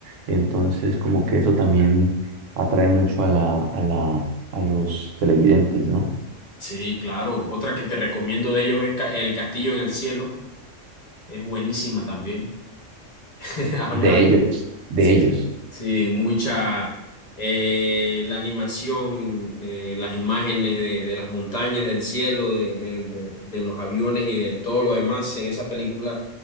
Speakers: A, on the right; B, on the left.
A: Entonces, como que eso también atrae mucho a la, a la, a los televidentes, ¿no?
B: Sí, claro. Otra que te recomiendo de ellos es Ca- El Castillo en el Cielo. Es buenísima también. <laughs> Habla
A: de ellos,
B: de,
A: de
B: Sí,
A: ellos.
B: sí, mucha eh, la animación, eh, las imágenes de, de las montañas, del cielo, de, de- de- de los aviones y de todo lo demás en esa película